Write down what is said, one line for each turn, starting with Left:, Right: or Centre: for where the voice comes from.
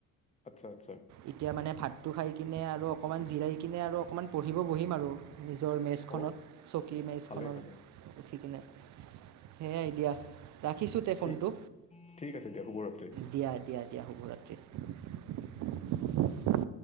Left: আচ্ছা আচ্ছা
Right: এতিয়া মানে ভাতটো খাই কিনে আৰু অকণমান জিৰাই কিনে আৰু অকণমান পঢ়িব বহিম আৰু। নিজৰ মেজখনত
Left: অ
Right: চকী মেজখনত
Left: ভালে ভালে
Right: উঠি কিনে। সেইয়াই দিয়া। ৰাখিছোঁ তে ফোনটো
Left: ঠিক ঠিক আছে দিয়া শুভৰাত্ৰি
Right: দিয়া দিয়া দিয়া শুভৰাত্ৰি।